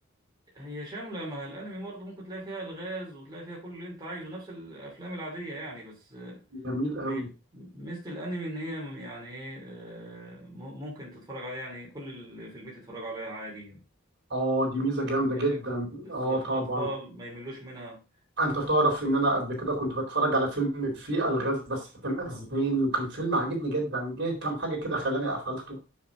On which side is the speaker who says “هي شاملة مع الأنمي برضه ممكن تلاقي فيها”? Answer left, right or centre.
Right